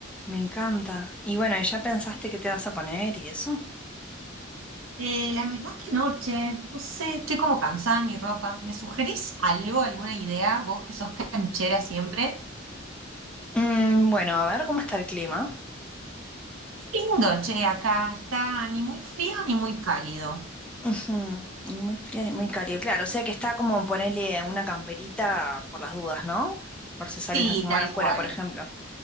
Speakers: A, in the centre; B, on the right.
A: Me encanta. Y bueno, ¿y ya pensaste qué te vas a poner y eso?
B: Eh, la verdad que noche, no sé, estoy como cansada de mi ropa. ¿Me sugerís algo, alguna idea? Vos que sos canchera siempre.
A: Mm, bueno, a ver cómo está el clima.
B: Qué Lindo, che, acá está ni muy frío ni muy cálido.
A: Ujú. Ni muy frío ni muy cálido. Claro, o sea que está como ponerle una camperita por las dudas, ¿no? Por si sales
B: Sí,
A: a fumar
B: tal
A: afuera,
B: cual.
A: por ejemplo.